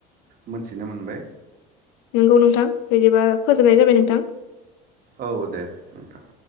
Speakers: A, on the right; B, on the left.
A: मोनथिनो मोनबाय
B: नंगौ नोंथां बिदिबा फोजोबनाय जाबाय नोंथां
A: औ दे नोंथां